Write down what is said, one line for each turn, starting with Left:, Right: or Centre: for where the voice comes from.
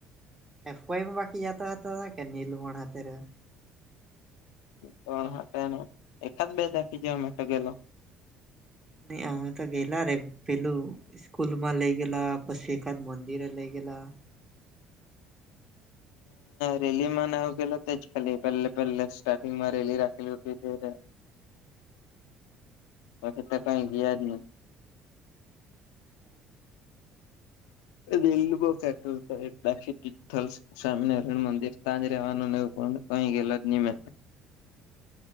Right: એફઆઈમાં બાકી જતા હતા કે નીલ પણ હતા.
Left: પણ હા એકાદ બે ચખી જવા માટે ગેલો.
Right: નહી અમે તો ગેલા રે પેલું. સ્કૂલ માં લઇ ગેલા પછી એકાદ મંદિરે લઇ ગેલા.
Left: રેલી માં ને ગેલા જ ખાલી પહેલે પહેલે સ્ટાર્ટિંગ માં રેલી રાખેલી હતી ત્યારે.
Right: <unintelligible>
Left: બાકી તો કઈ ગયા જ નહીં.
Right: બરાબર.
Left: એ એલુંગો. <unintelligible> સ્વામિનારાયણ મંદિર તાંજ રવાનું ન કઈ ગેલા જ નહી મે.